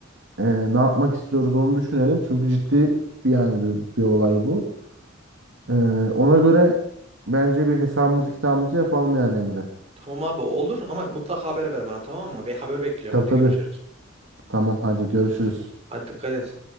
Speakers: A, on the right; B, on the right.
A: Ee, ne yapmak istiyoruz onu düşünelim. Çünkü ciddi bir yani bir, bir olay bu. Ee, ona göre bence bir hesabımızı kitabımızı yapalım yani Emre.
B: Tamam abi olur ama mutlaka haber ver bana tamam mı? Be haber bekliyorum
A: Tabii
B: hadi
A: tabii.
B: görüşürüz.
A: Tamam hadi görüşürüz.
B: Hadi dikkat et.